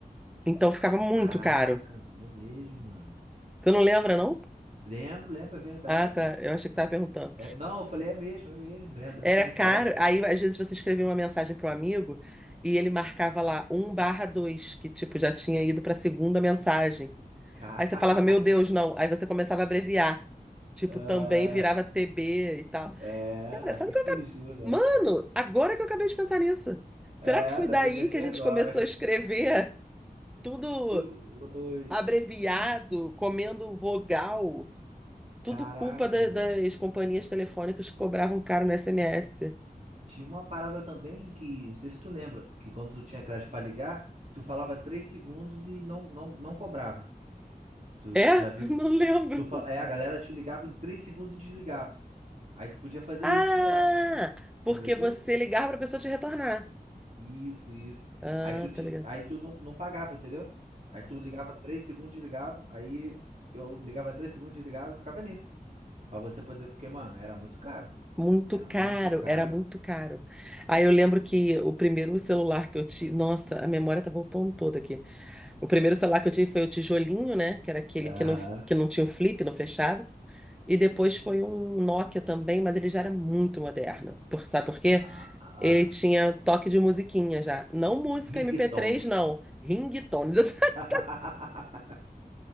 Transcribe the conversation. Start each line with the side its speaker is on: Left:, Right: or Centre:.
Centre: Então ficava muito
Right: Caraca,
Centre: caro.
Right: não é mesmo, mano.
Centre: Você não lembra, não?
Right: Lembro, lembro, é verdade.
Centre: Ah, tá. Eu achei que você estava perguntando.
Right: É, não, eu falei, é mesmo, é mesmo, é verdade.
Centre: Era
Right: <laughs>
Centre: caro.
Right: Agora,
Centre: Aí, às vezes, você escrevia uma mensagem para um amigo e ele marcava lá um barra 2 que tipo já tinha ido para a segunda mensagem.
Right: cara,
Centre: Aí você falava, meu Deus,
Right: <laughs>
Centre: não. Aí você começava a abreviar. Tipo,
Right: ah,
Centre: também virava TB e tal.
Right: é
Centre: Cara,
Right: assim
Centre: sabe o que
Right: que
Centre: eu
Right: surgiu,
Centre: acabei...
Right: né?
Centre: Mano, agora que eu acabei de pensar nisso. Será
Right: É,
Centre: que foi
Right: tá
Centre: daí
Right: PPC
Centre: que a gente
Right: agora.
Centre: começou a escrever tudo
Right: <laughs> Ui,
Centre: abreviado, comendo vogal? Tudo
Right: caraca,
Centre: culpa da-
Right: mano.
Centre: das companhias telefônicas que cobravam caro no SMS.
Right: Tinha uma parada também que, não sei se tu lembra, que quando tu tinha crédito pra ligar, tu falava três segundos e não, não, não cobrava. Tu,
Centre: É?
Right: tu já viu?
Centre: <laughs> Não lembro.
Right: Tu, fa- é, a galera te ligava em três segundos e desligava. Aí tu podia fazer
Centre: Ah,
Right: isso direto.
Centre: porque
Right: Lembra disso?
Centre: você ligava pra pessoa te retornar.
Right: Isso, isso.
Centre: Ah,
Right: Aí tu, te,
Centre: tô ligado.
Right: aí tu não, não pagava, entendeu? Aí tu ligava três segundos, desligava. Aí eu ligava três segundos, desligava e ficava nisso. Pra você poder, porque, mano, era muito caro.
Centre: Muito
Right: Era
Centre: caro,
Right: muito caro.
Centre: era muito caro. Aí eu lembro que o primeiro celular que eu tive. Nossa, a memória tá voltando toda aqui. O primeiro celular que eu tive foi o tijolinho, né? Que era aquele
Right: Aham.
Centre: que não, que não tinha o flip, não fechava. E depois foi um Nokia também, mas ele já era muito moderno. Por, sabe por quê?
Right: Ah, ah,
Centre: Ele
Right: ah.
Centre: tinha toque de musiquinha já. Não música
Right: Ring
Centre: MP3,
Right: Tongs.
Centre: não. Ringtones. <laughs>
Right: <laughs>